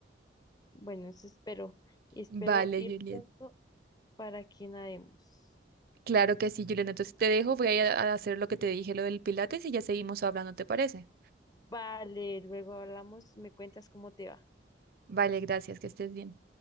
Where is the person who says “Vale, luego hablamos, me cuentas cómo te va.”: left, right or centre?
Left